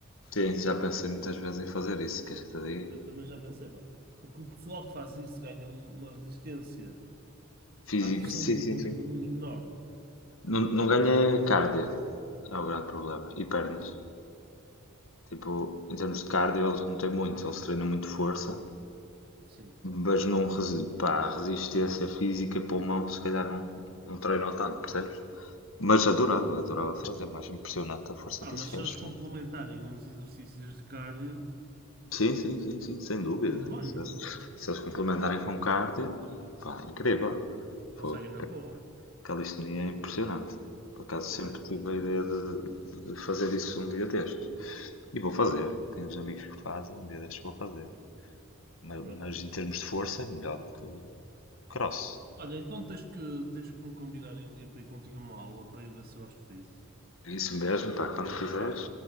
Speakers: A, on the left (about 70°); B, on the right (about 45°).
A: Sim, já pensei muitas vezes em fazer isso, queres que te diga?
B: Eu também já pensei, pá. Porque o pessoal que faz isso ganha um- uma resistência
A: Físico,
B: à pressão
A: sim,
B: do músculo
A: sim, sim.
B: enorme.
A: Não, não ganha cardio, é o grande problema, e pernas. Tipo, em termos de cardio eles não têm muito, eles treinam muito força,
B: Sim.
A: mas não, resi- pá, resistência física e pulmão se calhar não, não treinam tanto, percebes? Mas adorava, adorava fazer, mais impressionante a força
B: Ah,
A: que
B: mas
A: esses gajos
B: se eles complementarem
A: têm.
B: uns exercícios de cardio,
A: Sim, sim, sim, sim, sem dúvida.
B: tudo bem,
A: Se
B: não
A: eles,
B: é?
A: se eles complementarem com cardio, pá, incrível.
B: Conseguem
A: Pô,
B: na
A: ca-
B: boa,
A: calistenia é impressionante. Por acaso
B: também
A: sempre
B: acho.
A: tive a ideia de, de fazer isso um dia destes. E vou fazer. Tenho uns amigos que fazem, um dia destes vou fazer. Ma-
B: Pronto.
A: Mas, em termos
B: Uhum.
A: de força é melhor do que cross.
B: Olha, então tens que, tens que me convidar aí um dia para ir contigo a uma aula para eu ver se gosto disso.
A: É Isso mesmo, pá, quando quiseres,
B: Pá,